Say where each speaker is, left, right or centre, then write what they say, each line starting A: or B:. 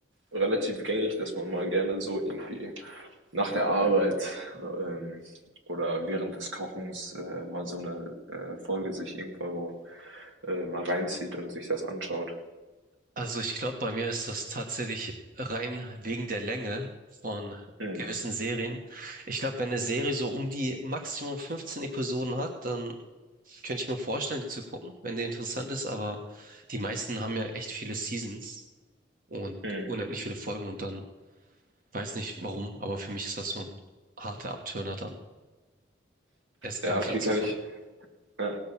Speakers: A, on the right; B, on the right.
A: relativ gängig, dass man mal gerne so irgendwie nach der Arbeit ähm, oder während des Kochens äh, mal so eine äh, Folge sich irgendwo äh, mal reinzieht und sich das anschaut.
B: Also ich glaube, bei mir ist das tatsächlich rein wegen der Länge von
A: Mhm.
B: gewissen Serien. Ich glaube, wenn eine Serie so um die Maximum 15 Episoden hat, dann könnte ich mir vorstellen, die zu gucken, wenn die interessant ist. Aber die meisten haben ja echt viele Seasons und
A: Mhm.
B: unendlich viele Folgen und dann weiß nicht warum, aber für mich ist das so ein harter Abturner dann, erst gar
A: Ja,
B: nicht
A: okay,
B: anzufangen.
A: kann ich, Ja,